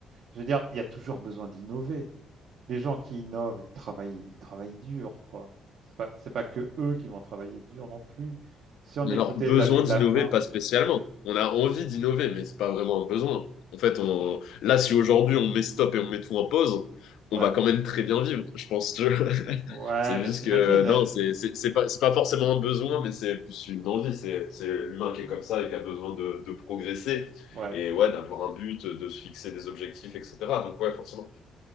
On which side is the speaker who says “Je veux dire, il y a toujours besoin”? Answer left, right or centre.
Right